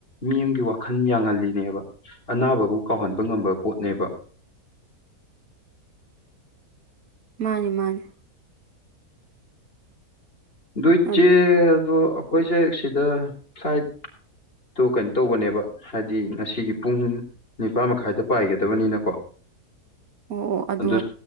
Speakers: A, on the left; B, on the right.
A: ꯃꯤ ꯑꯃꯒꯤꯒꯤ ꯋꯥꯈꯜ ꯌꯥꯡꯍꯜꯂꯤꯅꯦꯕ ꯑꯅꯥꯕꯕꯨ ꯀꯥꯎꯍꯟꯕ ꯉꯝꯕ ꯄꯣꯠꯅꯦꯕ
B: ꯃꯥꯅꯤ ꯃꯥꯅꯤ
A: ꯑꯗꯨꯏ
B: ꯑꯣ
A: ꯆꯦ ꯑꯗꯨ ꯑꯩꯣꯏꯁꯦ ꯁꯤꯗ ꯐ꯭ꯂꯥꯏꯠꯇꯣ ꯀꯩꯅꯣ ꯇꯧꯕꯅꯦꯕ ꯍꯥꯏꯗꯤ ꯉꯁꯤꯒꯤ ꯄꯨꯡ ꯅꯤꯄꯥꯥꯟ ꯃꯈꯥꯏꯗ ꯄꯥꯏꯒꯗꯕꯅꯤꯅꯀꯣ
B: ꯑꯣ ꯑꯣ ꯑꯗꯣ
A: ꯑꯗꯨ